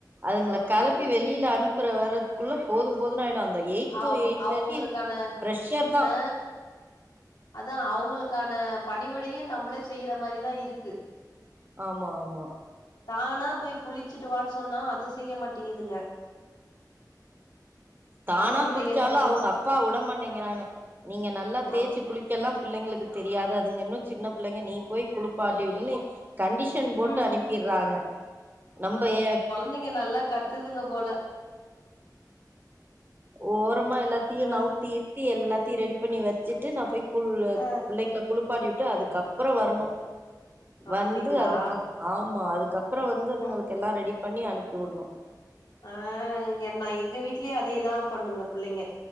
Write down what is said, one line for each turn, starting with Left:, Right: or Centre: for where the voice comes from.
Right: அதுங்களை களப்பி
Left: ம்,
Right: வெளியில அனுப்புற வர்ரதுக்குள்ள போதும் போதும்னு ஆயிடும் அந்த எயிட்
Left: அவ்
Right: டு எயிட்
Left: அவங்களுக்கான
Right: தேர்டி பிரஷர் தா
Left: ஆ அதா அவுங்களுக்கான பணிவிடையு நம்மளே செய்யற மாதிரிதா இருக்கு
Right: ஆமா ஆமா
Left: தானா போய் குளிச்சுட்டுவான்னு சொன்னா அது செய்ய மாட்டிங்குதுங்க
Right: தானா
Left: அதையு
Right: குளிச்சாலு
Left: செய்ய மாட்டேங்குது
Right: அவுங்க அப்பா உட மாட்டேங்கிறாங்க நீங்க நல்லா தேய்ச்சு
Left: அப்
Right: குளிக்கல்லா பிள்ளைங்களுக்கு தெரியாது அதுங்க இன்னு சின்ன பிள்ளைங்க நீ போய் குளிப்பாட்டி உடுன்னு கண்டிஷன் போட்டு
Left: ம்
Right: அனுப்பிறாங்க நம்ப ஏ
Left: ந்தைங்க நல்லா கத்துதுங்க போல
Right: ஓரமா எல்லாத்தையு
Left: ஆ
Right: நவுத்தி எத்தி எல்லாத்தையு ரெடி பண்ணி வெச்சிட்டு நா போய் குள்ள
Left: ஆ
Right: பிள்ளைங்கள குளிப்பாட்டி விட்டு அதுக்குப்புற வரணு
Left: அப்டிங்களா
Right: வந்து அதுக்கப் ஆமா அதுக்கப்புற வந்து அதுங்களுக்கு
Left: ம்
Right: எல்லா ரெடி பண்ணி அனுப்பி விடணு
Left: ஆ இங்க நா எங்க வீட்லயு அதேதா பண்ணுங்க பிள்ளைங்க